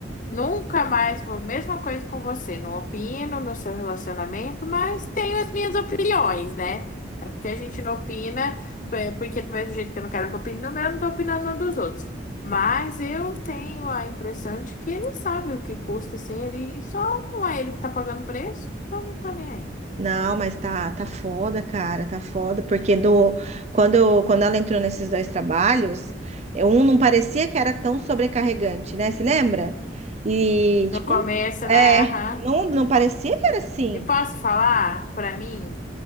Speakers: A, on the left; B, on the right.
A: nunca mais vou. Mesma coisa com você. Não opino no seu relacionamento, mas tenho as minhas opiniões, né? É porque a gente não opina, é porque do mesmo jeito que eu não quero que opine no meu, eu não tô opinando no dos outros. Mas eu tenho a impressão de que ele sabe o que custa sem ele, e só não é ele que tá pagando o preço, então não tá nem aí.
B: Não, mas tá, tá foda, cara, tá foda, porque do, quando, quando ela entrou nesses dois trabalhos, eh, um não parecia que era tão sobrecarregante, né? Se lembra? E,
A: No
B: tipo,
A: começo,
B: não- é,
A: né? Aham.
B: não, não parecia que era assim.
A: E posso falar, pra mim,